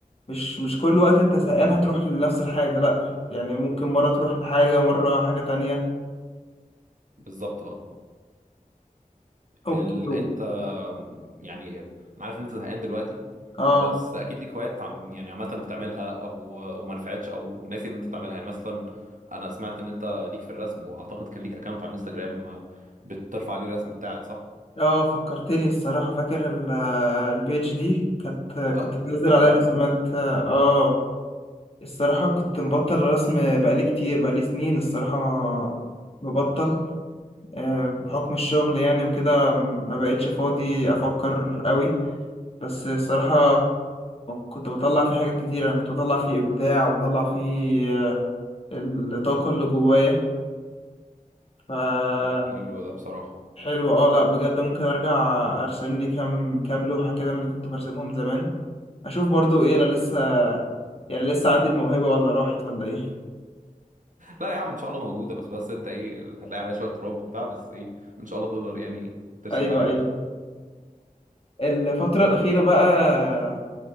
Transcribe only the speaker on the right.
بالظبط اه
ال... انت آم، يعني انا عارف ان انت زهقان دلوقتي
بس اكيد ليك هوايات عم يعني عامه بتعملها او وما نفعتش او ناسي ان انت تعملها يعني مثلا انا سمعت ان انت ليك في الرسم واعتقد كان ليك اكونت على الانستجرام آه، بترفع عليه الرسم بتاعك صح
اه
كانت حلوه
قوي
آه، حلو ده بصراحه
لا يا عم ان شاء الله موجوده بس بس انت ايه هتلاقي عليها شويه تراب وبتاع بس ايه ان شاء الله تقدر يعني ترسم
حاجه
حلوه